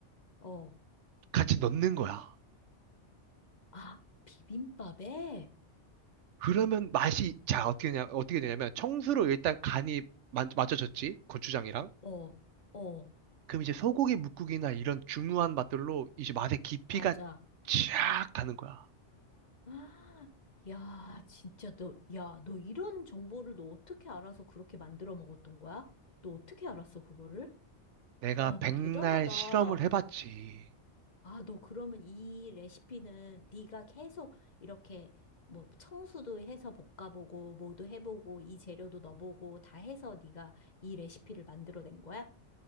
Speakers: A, on the left; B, on the right.
A: 어.
B: 같이 넣는 거야.
A: 아, 비빔밥에?
B: 그러면 맛이, 자, 어떻게 되냐, 어떻게 되냐면, 청수로 일단 간이 만- 맞춰졌지? 고추장이랑.
A: 어, 어,
B: 그럼 이제 소고기 뭇국이나 이런 중후한 맛들로 이제 맛의 깊이가
A: 맞아.
B: 쫙 가는 거야.
A: <gasps> 아, 야, 진짜 너, 야, 너 이런 정보를 너 어떻게 알아서 그렇게 만들어 먹었던 거야? 너 어떻게 알았어, 그거를?
B: 내가
A: 와,
B: 백날
A: 너 대단하다.
B: 실험을 해봤지.
A: 아, 너 그러면 이 레시피는 네가 계속 이렇게 뭐 청수도 해서 볶아보고 뭐도 해보고 이 재료도 넣어보고 다 해서 네가 이 레시피를 만들어낸 거야?